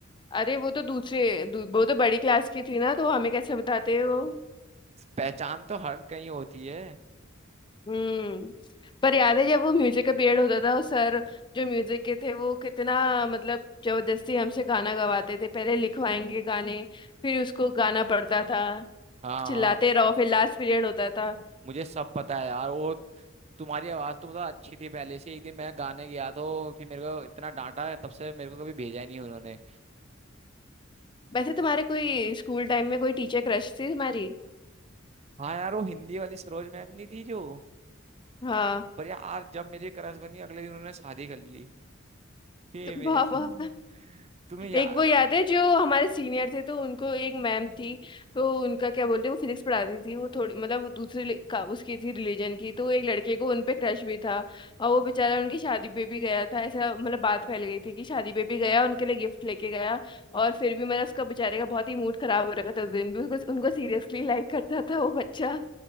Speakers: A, on the left; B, on the right.
A: अरे वो तो दूसरे दू, वो तो बड़ी क्लास की थी ना तो हमें कैसे बताते हो
B: पहचान तो हर कहीं होती है
A: हम्म पर याद है जब वो म्यूजिक का पीरियड होता था और सर जो म्यूजिक के थे वो कितना मतलब जबरदस्ती हमसे गाना गवाते थे पहले लिखवाएंगे गाने फिर उसको गाना पड़ता था
B: हाँ
A: चिल्लाते
B: हाँ
A: रहो फिर लास्ट पीरियड होता था
B: मुझे सब पता है यार वो तुम्हारी आवाज तो मतलब अच्छी थी पहले से एक दिन मैं गाने गया तो फिर मेरे को इतना डांटा है तब से मेरे को कभी भेजा ही नहीं उन्होंने
A: वैसे तुम्हारे कोई स्कूल टाइम में कोई टीचर क्रश थी तुम्हारी
B: हाँ यार वो हिंदी वाली सरोज मैम नहीं थी जो
A: हाँ
B: पर यार जब मेरी क्रश बनी अगले दिन उन्होंने शादी कर ली फिर
A: वाह वाह
B: तुम्हें यार
A: एक वो याद है जो हमारे सीनियर थे तो उनको एक मैम थी तो उनका क्या बोलते हैं वो फिजिक्स पढ़ाती थी वो थोड़ी मतलब वो दूसरे ले- का उसकी थी रिलीजन की तो एक लड़के को उनपे क्रश भी था और वो बेचारा उनकी शादी पे भी गया था ऐसा मतलब बात फैल गई थी कि शादी पे भी गया उनके लिए गिफ्ट लेके गया और फिर भी मतलब उसका बेचारे का बहुत ही मूड खराब हो रखा था उस दिन भी उसको उनको सीरियसली लाइक करता था वो बच्चा